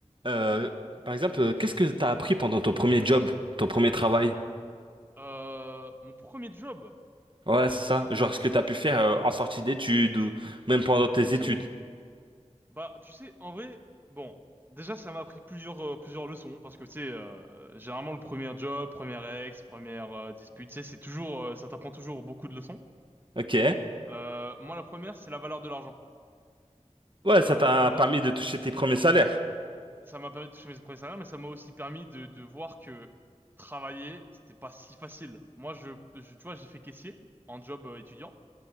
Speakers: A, on the right; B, on the right.
A: Euh, par exemple, euh, qu'est-ce que t'as appris pendant ton premier job, ton premier travail?
B: Euh, mon premier job.
A: Ouais, c'est ça. Genre ce que t'as pu faire euh, en sortie d'études ou même pendant tes
B: Ok.
A: études.
B: Bah, tu sais, en vrai, bon, déjà, ça m'a appris plusieurs, euh, plusieurs leçons parce que, tu sais, euh, généralement, le premier job, première ex, première euh, dispute, tu sais, c'est toujours, euh, ça t'apprend toujours beaucoup de leçons.
A: Ok.
B: Euh, moi, la première, c'est la valeur de l'argent.
A: Ouais,
B: Euh,
A: ça t'a
B: tu vois,
A: permis de toucher tes premiers salaires.
B: ça m'a permis de toucher mes premiers salaires, mais ça m'a aussi permis de, de voir que travailler, c'était pas si facile. Moi, je, je- tu vois, j'ai fait caissier en job euh, étudiant.